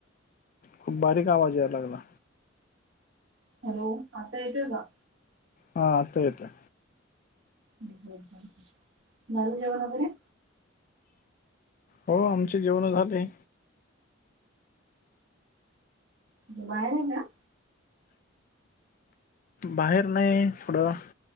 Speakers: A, on the left; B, on the right.
A: खूप बारीक आवाज यायला लाला.
B: हॅलो आता येतय का?
A: हा आत् येतय.
B: झालं जेवन वेघरे?
A: हो आमचे जेवण झाले.
B: बाहेर आहे का?
A: बाहेर नाही थोडं